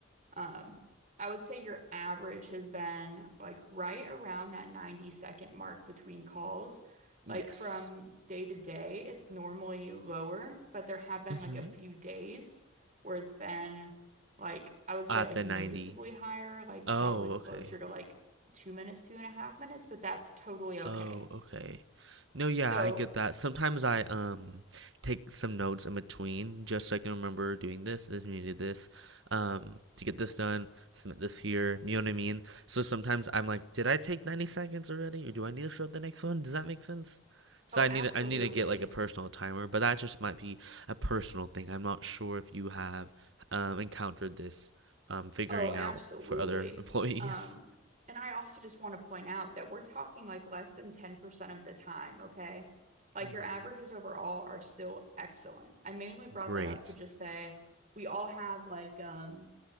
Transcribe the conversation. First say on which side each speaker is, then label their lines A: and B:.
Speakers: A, on the right; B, on the right.
A: um, I would say your average has been like right around that 90 second mark between calls.
B: Yes.
A: Like from day to day, it's normally lower, but there have been
B: Mm-hmm.
A: like a few days where it's been like I would say
B: At
A: like
B: the
A: noticeably
B: 90.
A: higher, like
B: Oh,
A: probably closer
B: okay.
A: to like two minutes, two and a half minutes, but that's totally okay.
B: Oh, okay. No, yeah,
A: So,
B: I get that. Sometimes I um take some notes in between just so I can remember doing this, this needed this, um, to get this done, submit this here, you know what I mean? So sometimes I'm like, did I take 90 seconds already? Or do I need to show up the next one? Does that make sense? So
A: oh,
B: I
A: absolutely.
B: need to, I need to get like a personal timer, but that just might be a personal thing. I'm not sure if you have um encountered this um figuring
A: Oh, absolutely.
B: out for other <laughs> employees.
A: Um, and I also just want to point out that we're talking like less than 10% of the time, okay? Like
B: hmm
A: your averages overall are still excellent. I mainly brought
B: Great.
A: that up to just say we all have like um